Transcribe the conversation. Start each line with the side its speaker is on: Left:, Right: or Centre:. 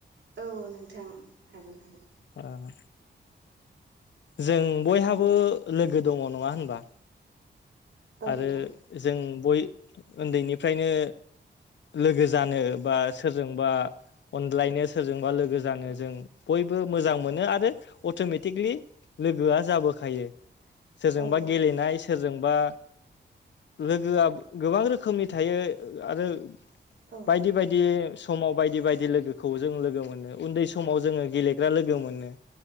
Right: औ नोंथां हागोन हागोन।
Left: अ'। जों बयहाबो लोगो दङ नङा होनबा।
Right: औ
Left: आरो
Right: नोंथां
Left: जों उन्दैनिफ्रायनो लोगो जानो बा सोरजोंबा अन्लायनो सोरजोंबा लोगो जानो
Right: औ
Left: जों बयबो मोजां मोनो आरो अट'मेटिकलि लोगोआ जाबोखायो सोरजोंबा
Right: औ
Left: गेलेनाय सोरजोंबा लोगोआ गोबां रोखोमनि थायो। आरो
Right: औ
Left: बायदि बायदि बायदि समाव बायदि बायदि लोगोखौ जों लोगो मोनो उन्दै समाव जोङो गेलेग्रा लोगो मोनो